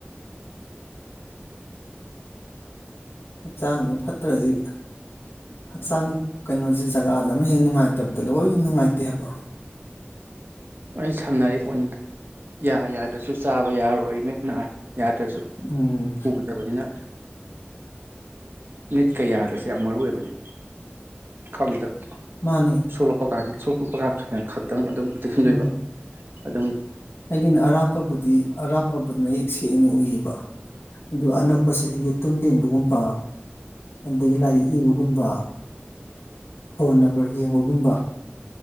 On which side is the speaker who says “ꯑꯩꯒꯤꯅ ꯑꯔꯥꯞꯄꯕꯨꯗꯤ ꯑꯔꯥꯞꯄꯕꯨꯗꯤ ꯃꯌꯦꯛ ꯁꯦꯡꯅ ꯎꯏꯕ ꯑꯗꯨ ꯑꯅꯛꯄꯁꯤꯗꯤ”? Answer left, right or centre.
Left